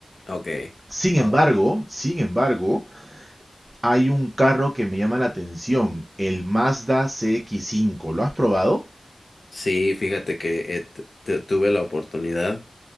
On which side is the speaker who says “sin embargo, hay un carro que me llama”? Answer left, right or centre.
Right